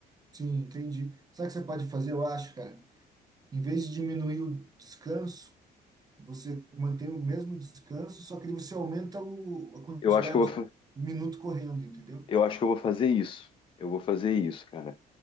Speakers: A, on the right; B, on the left.
A: Sim, entendi. Sabe o que você pode fazer, eu acho, cara? Em vez de diminuir o descanso, você mantém o mesmo descanso, só que você aumenta o, a quantidade
B: Eu acho que eu vou, fa-
A: de minuto correndo, entendeu?
B: eu acho que eu vou fazer isso. Eu vou fazer isso, cara.